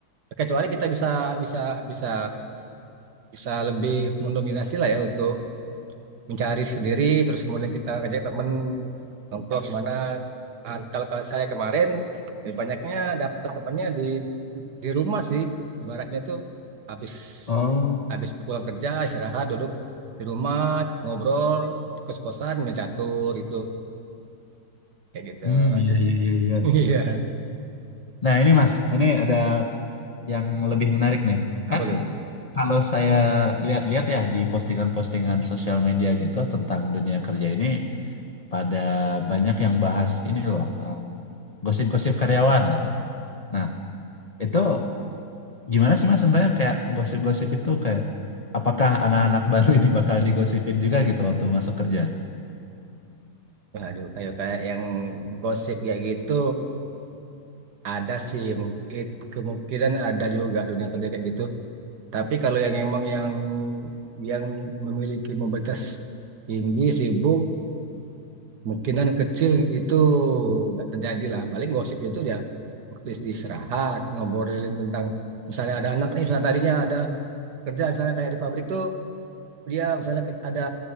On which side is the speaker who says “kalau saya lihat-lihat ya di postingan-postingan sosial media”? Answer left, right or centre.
Left